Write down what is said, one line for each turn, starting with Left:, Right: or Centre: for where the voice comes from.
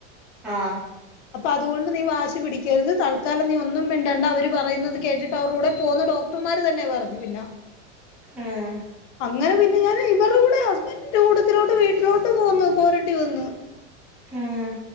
Centre: ആഹ്
Left: അപ്പൊ അതുകൊണ്ട് നീ വാശി പിടിക്കരുത്. തൽക്കാലം നീ ഒന്നും മിണ്ടണ്ട അവര് പറയുന്നത് കേട്ടിട്ട് അവരൂടെ പോകുന്ന ഡോക്ട ത്തുമാര് തന്നെ പറഞ്ഞു പിന്നെ
Centre: ഉം
Left: അങ്ങനെ പിന്നെ ഞാൻ ഇവരുടെ കൂടെ ഹസ്ബൻ്റിന്റെ കൂട്ടത്തിലോട്ട് വീട്ടിലോട്ട് പോന്നു പോരേണ്ടി വന്നു
Centre: ആഹ്